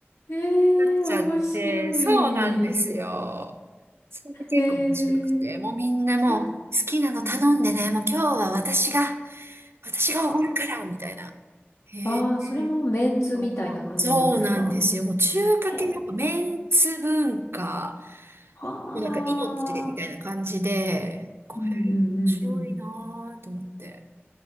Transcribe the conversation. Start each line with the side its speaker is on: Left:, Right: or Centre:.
Left: ええー、
Right: なっちゃって、
Left: 面白い。
Right: そうなんですよ。それで結構面白くて、
Left: ええー、
Right: もうみんなもう、
Left: た、
Right: 好きなの頼んでね、
Left: うん。
Right: もう今日は私が、私がおごるから、
Left: はあ。
Right: みたいな。へえ。
Left: ああ、それもメンツみたいな感じなんですか
Right: あのそうなんですよ。もう中華系、
Left: へえ、
Right: やっぱメンツ文化。
Left: はあ。
Right: なんか命みたいな感じで、これ強いなーと思って。
Left: うんうんうんうん。